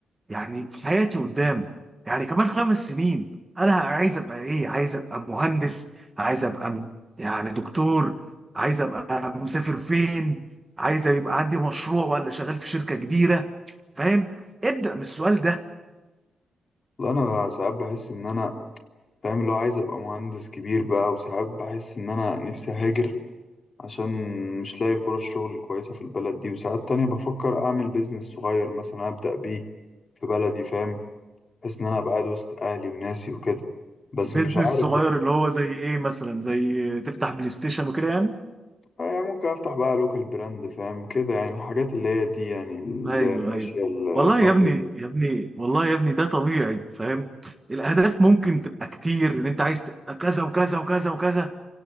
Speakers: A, on the right (about 20°); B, on the left (about 40°).
A: يعني في حياتي قدام يعني كمان خمس سنين انا عايز ابقى ايه عايز ابقى مهندس عايز ابقى م- يعني دكتور عايز ابقى مسافر فين عايز يبقى عندي مشروع ولا شغال في شركة كبيرة فاهم ابدأ من السؤال ده
B: لا أنا ساعات بحس إن أنا فاهم اللي هو عايز أبقى مهندس كبير بقى وساعات بحس إن أنا نفسي هاجر عشان مش لاقي فرص شغل كويسة في البلد دي وساعات تانية بفكر أعمل بيزنس صغير مثلا أبدأ بيه في بلدي فاهم بحيث ان انا ابقى قاعد وسط اهلي وناسي وكده بس
A: بيزنس
B: مش عارف
A: صغير
B: بقى
A: اللي هو زي ايه مثلا زي تفتح بلاي ستيشن وكده يعني
B: آه، ممكن افتح بقى لوكال براند فاهم كده يعني الحاجات اللي هي دي يعني اللي
A: ايوه
B: ماشيه
A: ايوه والله
B: الفتره
A: يا ابني
B: دي
A: يا ابني والله يا ابني ده طبيعي فاهم الاهداف ممكن تبقى كتير ان انت عايز تبقى كذا وكذا وكذا وكذا